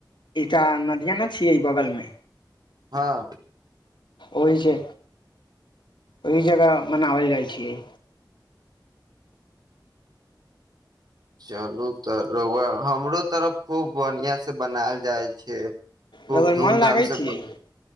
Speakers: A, on the left; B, on the right.
A: एकटा नदिया ने छीये इ बगल में
B: हँ
A: ओहिसँ ओहि जगह मनावल जाइ छियै
B: चलू त र‌उआ हमरो तरफ खूब बढ़िया से बनायल जाइ छै खूब
A: रउआ
B: धूम
A: मन लागै
B: धाम से
A: छियै